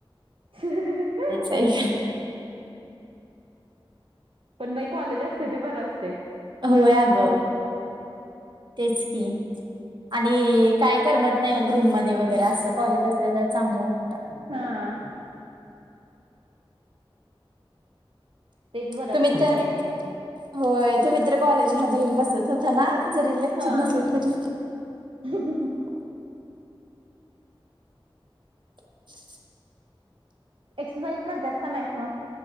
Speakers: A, on the right; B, on the right.
A: <inaudible>
B: व्हय काय?
A: पण बाई कॉलेज असतयं ते बरं असतयं.
B: होय आगं तेच की. आणि काय करमत नायी रूममध्ये वगैरे असं कॉलेज आसंल तर चांगलं वाटतं.
A: हां. तेच बरं
B: तुम्ही
A: असते
B: तर
A: टायमिंग
B: होय तुम्ही तर कॉलेज मध्ये येऊन बसत होता ना जरी लेक्चर
A: हा
B: नसलं तरी?
A: <inaudible>
B: <inaudible>
A: एक्सरसाईज करतास का नाहीस मग?